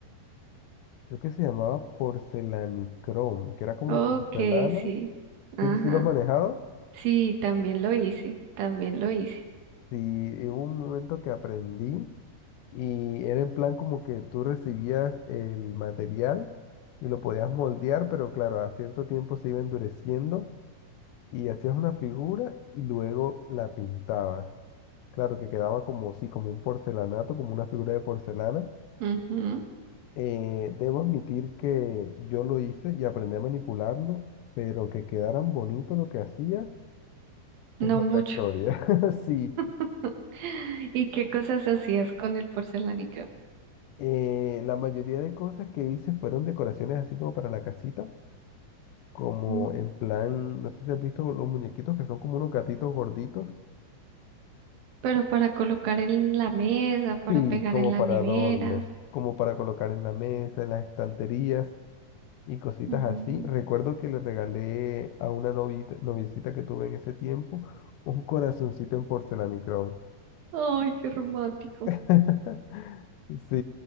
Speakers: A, on the left; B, on the right.
A: creo que se llamaba porcelanicrón, que era como
B: Ok,
A: porcelana.
B: sí. Ajá.
A: Sí, sí lo has manejado.
B: Sí, también lo hice, también lo hice.
A: Sí, y hubo un momento que aprendí y era en plan como que tú recibías el material y lo podías moldear, pero claro, a cierto tiempo se iba endureciendo. y hacías una figura y luego la pintabas. Claro que quedaba como, sí, como un porcelanato, como una figura de porcelana.
B: Ujú.
A: Eh, debo admitir que yo lo hice y aprendí a manipularlo, pero que quedaran bonito lo que hacía es
B: No
A: otra
B: mucho.
A: historia. <laughs> Sí,
B: <laughs> ¿Y qué cosas hacías con el porcelánico?
A: eh, la mayoría de cosas que hice fueron decoraciones así como para la casita, como
B: Ujú.
A: en plan, no sé si has visto los muñequitos que son como unos gatitos gorditos.
B: Pero para colocar en la mesa, para
A: Sí,
B: pegar
A: como
B: en la
A: para
B: nevera.
A: adornos, como para colocar en la mesa, en las estanterías y cositas
B: Ujú.
A: así. Recuerdo que le regalé a una novita- noviecita que tuve en ese tiempo un corazoncito en porcelanicrón.
B: Ay, qué romántico.
A: <laughs> Sí,